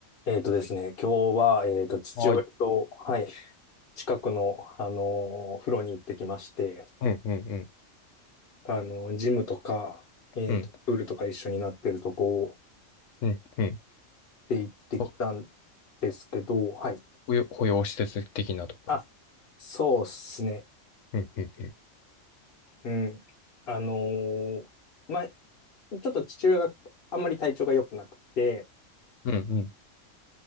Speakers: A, on the left; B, on the left.
A: えっとですね、今日は、えっと、父親と、
B: はい。
A: はい、近くの、あのー風呂に行ってきまして、
B: うん、うん、うん、
A: あのージムとか、えっと、
B: うん、
A: プールとか一緒になってるとこ
B: うん、うん。
A: で行ってきたん
B: ほ
A: ですけど、はい。
B: 保養、保養施設的なところ。
A: あ、そうっすね。
B: うん、うん、
A: うん。あのーまあ、ちょっと父親があんまり体調が良くなくて、
B: うん、